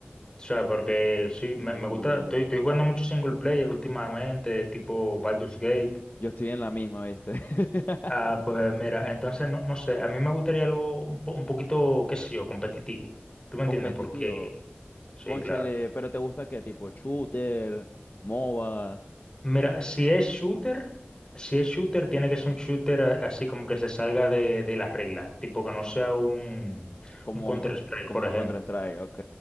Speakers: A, on the left; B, on the left.
A: O sea, porque sí, me,
B: uy,
A: me gusta, estoy, estoy jugando mucho single player últimamente, tipo Baldur's Gate.
B: yo estoy en la misma, ¿viste? <laughs>
A: Ah, pues mira, entonces no, no sé, a mí me gustaría algo un, po- un poquito, qué sé yo, competitivo. ¿Tú me
B: Competitivo,
A: entiendes? Porque, sí,
B: cónchale,
A: claro.
B: pero ¿te gusta qué tipo? Shooter, MOBA,
A: Mira, si es shooter, si es shooter, tiene que ser un shooter a- así como que se salga de, de la regla, tipo que no sea un,
B: como
A: un Counter-Strike,
B: un, como
A: por ejemplo.
B: un Counter-Strike, ok,